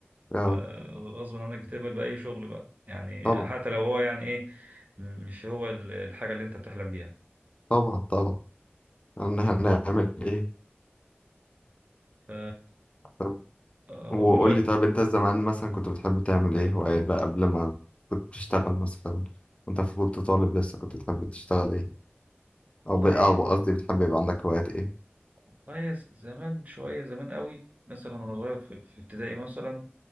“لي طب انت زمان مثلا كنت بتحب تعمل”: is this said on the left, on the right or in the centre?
Left